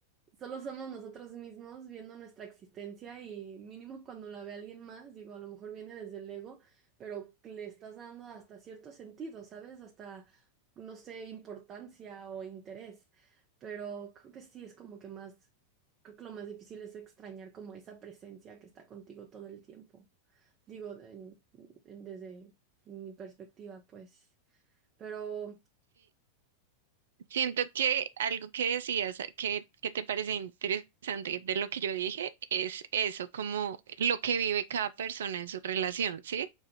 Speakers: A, on the right; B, on the right.
A: Solo somos nosotros mismos viendo nuestra existencia y mínimo cuando la ve alguien más, digo, a lo mejor viene desde el ego, pero que le estás dando hasta cierto sentido, ¿sabes? Hasta, no sé, importancia o interés. Pero creo que sí es como que más, creo que lo más difícil es extrañar como esa presencia que está contigo todo el tiempo. Digo, en- en- desde mi perspectiva, pues. Pero...
B: Siento que algo que decías que, que te parece interesante de lo que yo dije es eso, como lo que vive cada persona en su relación, ¿sí?